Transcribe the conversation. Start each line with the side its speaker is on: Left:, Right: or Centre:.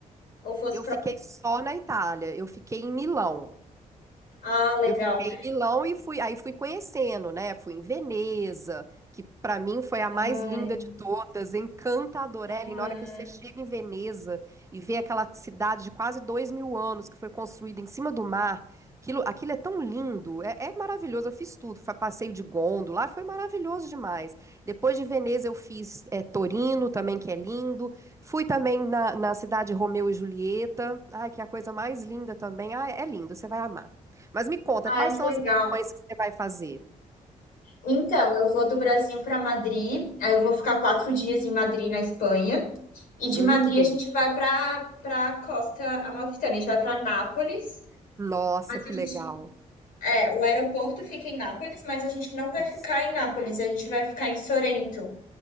Left: ou fosse
Right: Eu
Left: pra
Right: fiquei só na Itália, eu fiquei em Milão.
Left: Ah, legal.
Right: Eu fiquei em Milão e fui, aí fui conhecendo, né? Fui em Veneza, que para mim foi a mais
Left: Ai,
Right: linda de todas, encantadora.
Left: ah,
Right: Ellen, na hora que você chega em Veneza e vê aquela cidade de quase dois mil anos que foi construída em cima do mar, aquilo, aquilo é tão lindo, é, é maravilhoso. Eu fiz tudo, foi passeio de gôndola, foi maravilhoso demais. Depois de Veneza eu fiz é, Torino também, que é lindo. Fui também na, na cidade de Romeu e Julieta, ai, que é a coisa mais linda também. Ah, é lindo, você vai amar. Mas me conta,
Left: ai,
Right: quais são
Left: que
Right: as
Left: legal.
Right: lições que você vai fazer?
Left: Então, eu vou do Brasil pra Madrid. Aí eu vou ficar quatro dias em Madrid, na Espanha. E de
Right: Hum,
Left: Madrid
Right: que delícia.
Left: a gente vai para para costa amalfitana, a gente vai para Nápoles.
Right: Nossa,
Left: Mas
Right: que
Left: a gente,
Right: legal.
Left: é, o aeroporto fica em Nápoles, mas a gente não vai
Right: Isso.
Left: ficar em Nápoles, a gente vai ficar em Sorrento,